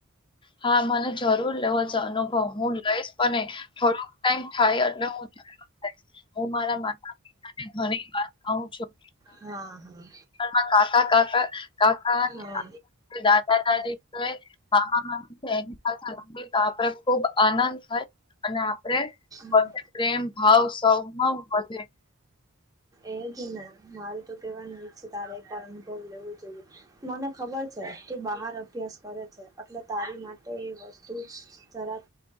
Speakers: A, on the left; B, on the right.
A: હા મલે જ- જરૂર લેવો છે અનુભવ હું લઈશ અને થોડોક ટાઈમ થાય એટલે હું જ હું મારા માતા પિતાને ઘણી વાર કઉ છું.
B: હા હા
A: માં કાકા કાકા કાકા અને
B: હા.
A: દાદા દાદી તો મામા મમી એની સાથે તો આપડે ખુબ આનંદ થાય અને આપડે
B: હા.
A: વધ પ્રેમ ભાવ સૌ વધે.
B: એ જ ને મારું તો કેવાનું છે તારે એક કારણ બહ લેવું જોઈએ. મને ખબર છે કે બહાર અભ્યાસ કરે છે એટલે તારી માટે તે એ વસ્તુ જરા